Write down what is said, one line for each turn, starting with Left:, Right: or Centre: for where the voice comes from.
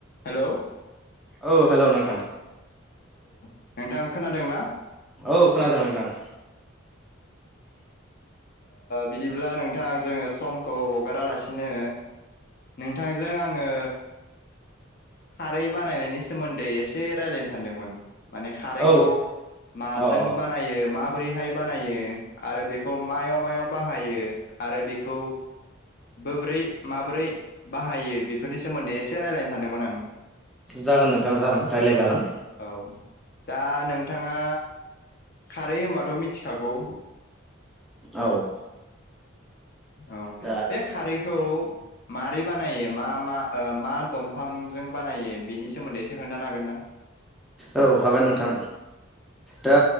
Left: Hello औ
Centre: औ hello नोंथां
Left: नोंथां खोनादों ना?
Centre: औ खोनादों नोंथां।
Left: बिदिब्ला नोंथां जोङो समखौ हगारालासिनो नोंथांजों आङो खारै बानायनायनि सोमोन्दै एसे रायजलायनो सानदोंमोन। माने खारैखौ
Centre: औ
Left: माजों
Centre: अ अ
Left: बानायो मा बोरैहाय बानायो आरो बेखौ माव माव बाहायो आरो बेखौ बब्रै-माब्रै बाहायो बेफोरनि सोमोन्दै एसे रायज्लायनो सानदोंमोन आं।
Centre: जागोन नोंथां जागोन रायज्लायजागोन
Left: औ दा नोंथाङा खारै होनबाथ' मिथिखागौ।
Centre: औ
Left: औ
Centre: दा
Left: बे खारैखौ मारै बानायो मा मा ओ मा दंफांजों बानायो बेनि सोमोन्दै एसे खोन्थानो हागोन ना
Centre: औ हागोन नोंथां दा